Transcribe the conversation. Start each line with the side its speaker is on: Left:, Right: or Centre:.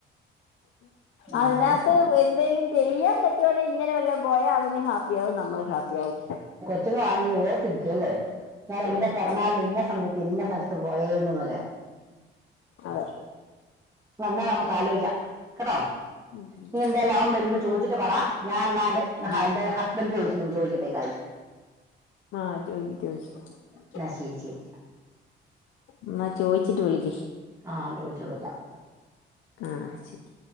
Left: അതിനകത്ത്
Right: ആ, അത് ശരി.
Left: എന്തേലും ചെയ്യാൻ പറ്റുകയാണേ ഇങ്ങനെ വല്ലോം പോയാ അവനും ഹാപ്പിയാവും നമ്മളും ഹാപ്പിയാവും
Right: പറ്റണെങ്കിൽ ഓർത്തിരിക്കുവ അല്ലേ ഞാൻ എന്റെ പിറന്നാൾ
Left: അതെ
Right: ഇന്ന സമയത്ത് പിന്നെ സ്ഥലത്ത് പോയായിരുന്നു മകെ
Left: അതെ
Right: വന്നാൽ നമുക്ക് ആലോചിക്കാം കേട്ടോ
Left: ഉം
Right: നീ എന്താലു അവം വരുമ്പോ ചോദിച്ചിട്ട് പറ ഞാൻ എന്നാൽ
Left: ഉം
Right: എന്റെ ര ചോദിക്കട്ടേക്കായി
Left: ആ ചോയ്ക് ചോയ്ക്ച്ച
Right: എന്നാ ശരി ശരി
Left: എന്നാ ചോയ് ചിട്ട് വിളിക്ക്
Right: ആ ചോദിച്ചു വിളിക്കാം
Left: ആ ശരി